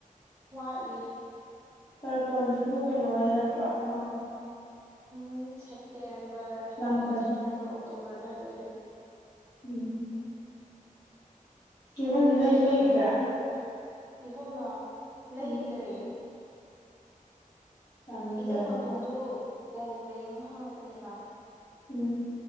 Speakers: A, on the right; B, on the left.
A: ꯋꯥꯠꯂꯤ
B: ꯇꯔꯄꯣꯟꯁꯤꯕꯨ ꯀꯩꯅꯣ ꯍꯥꯏꯗ ꯅꯠꯇ꯭ꯔꯣ ꯑ
A: ꯎꯝ ꯁꯦꯞꯇꯦꯝꯕꯔ
B: ꯂꯥꯡꯕꯟ
A: ꯁꯦꯞꯇꯦꯝꯕꯔ ꯑꯣꯛꯇꯣꯕꯔ ꯑꯗꯨꯋꯥꯏꯗ ꯑꯣꯏꯗꯣꯏ
B: ꯎꯝ ꯀꯤꯍꯣꯝ
A: ꯑꯩꯈꯣꯏꯒꯤ
B: ꯂꯩꯁꯨ
A: ꯃꯅꯤꯄꯨꯔꯤ
B: ꯂꯩꯈꯤꯗ꯭ꯔꯥ
A: ꯀꯦꯂꯦꯟꯗꯔꯗꯣ ꯀꯤꯍꯣꯝꯂ ꯂꯩꯈꯤꯗ꯭ꯔꯦ
B: ꯎꯝ ꯆꯥꯅꯤꯡ
A: ꯏꯇꯩ
B: ꯆꯥꯅꯤꯡ
A: ꯅꯥꯎꯇꯣꯟꯁꯨ
B: ꯑꯣ
A: ꯀꯣꯡꯒ꯭ꯔꯦꯡ ꯍꯪꯉꯛꯄꯅꯦꯕ
B: ꯎꯝ